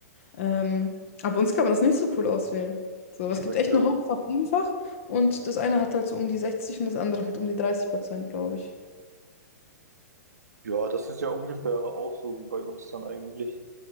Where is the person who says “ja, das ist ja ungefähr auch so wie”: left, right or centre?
Right